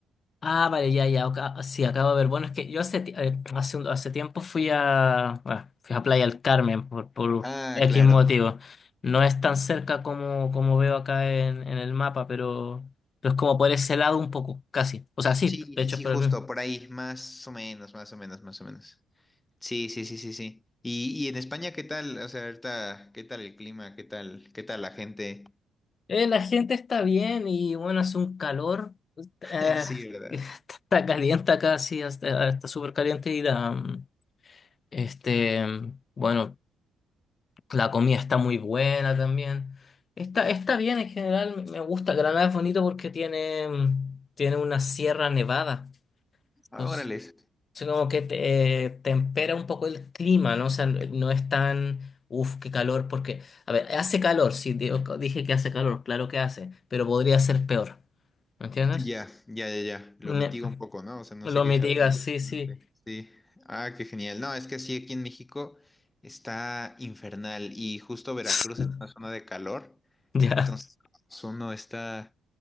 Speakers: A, on the left; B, on the left.
A: Ah, vale, ya, ya. ok, ah, sí, acabo de ver. Bueno, es que yo hace, ti- eh, hace, un- hace tiempo fui a, bueno, fui a Playa del Carmen por, por
B: Ah,
A: X
B: claro.
A: motivo. No es tan cerca como, como veo acá en, en el mapa, pero, pero es como por ese lado un poco, casi. O sea, sí,
B: Sí,
A: de
B: sí,
A: hecho,
B: sí,
A: es por
B: justo,
A: el mismo.
B: por ahí, más o menos, más o menos, más o menos. Sí, sí, sí, sí, sí. Y, y en España, ¿qué tal? O sea, ahorita, ¿qué tal el clima? ¿Qué tal, qué tal la gente?
A: Eh, la gente está bien y bueno, hace un calor. eh,
B: <laughs> Sí, ¿verdad?
A: <laughs> está caliente acá, sí, hasta- está súper caliente y la, mm, este, mm, bueno, la comida está muy buena también. Está, está bien en general, me gusta. Granada es bonito porque tiene, mm, tiene una sierra nevada.
B: Ah,
A: Entonces,
B: Órales.
A: es como que te, eh, tempera un poco el clima, ¿no? O sea, no es tan, uff, qué calor, porque, a ver, hace calor, sí, digo- dije que hace calor, claro que hace, pero podría ser peor. ¿Me entiendes?
B: Ya, ya, ya, ya. Lo
A: Ne-
B: mitiga un poco, ¿no? O sea, no
A: lo
B: sé qué
A: mitigas,
B: sea tan
A: sí,
B: fuerte.
A: sí.
B: Sí. Ah, qué genial. No, es que sí, aquí en México está infernal y justo Veracruz
A: <laughs>
B: es una zona de calor.
A: Ya.
B: Entonces, eso no está,